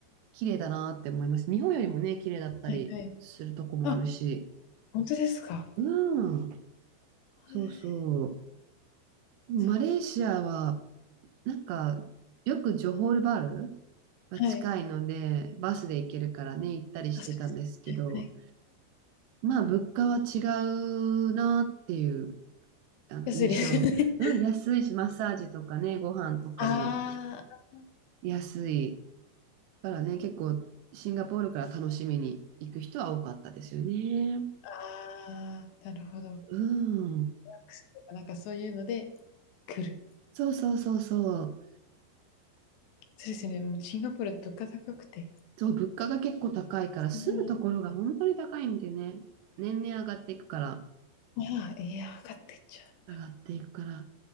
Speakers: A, on the right (about 80°); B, on the left (about 75°).
A: 綺麗だなって思います。日本よりもね、綺麗だったりするとこもあるし。
B: はいはい。あ、本当ですか。
A: うん、
B: はい。
A: そうそう。でもマレーシアは、
B: そうな
A: なんか、よくジョホールバールが近いので、
B: はい。
A: バスで行けるからね、行ったりしてたんですけど、
B: あ、そうですね。はいはい。
A: まあ、物価は違うなっていう、あの、
B: 安いですよね。
A: 印象。うん、
B: <laughs>
A: 安いし、マッサージとかね、ご飯とかも
B: ああ、
A: 安い。からね、結構シンガポールから楽しみに行く人は多かったですよね。
B: ああ、なるほど。ワッ
A: うん。
B: クスとか、なんかそういうので来る。
A: そうそうそうそう。
B: そうですね、もうシンガポールは物価高くて、
A: そう、物価が結構高いから、
B: そんな、
A: 住むところが本当に高いんでね。年々上がっていくから、
B: ああ、いや、上がってっちゃうんだ。
A: 上がっていくから。